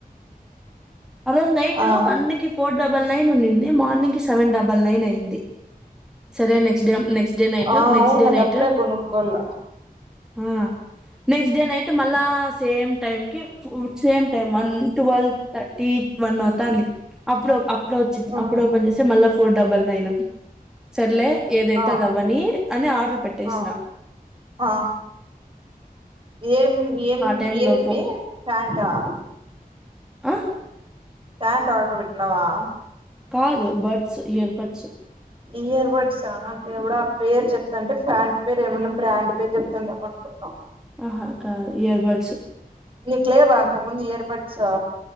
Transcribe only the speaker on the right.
ఆ
ఆ
అవును
అది
అప్పుడే గొనుక్కోళ్ళ
ఉమ్,
ఆ
ఆ ఆ ఏం ఏం
ఏది
మే ప్యాంటా
ప్యాంట్ ఆర్డర్ పెట్నావా
ఇయర్ బడ్సా దేవుడా పేరు చెప్తాంటే ఫ్యాంట్ పేరు ఏమన్నా బ్రాండ్ పేరు జోప్తాందేమో అనుకున్న
నీకు లేవా అంతకు ముందు ఇయర్ బడ్సు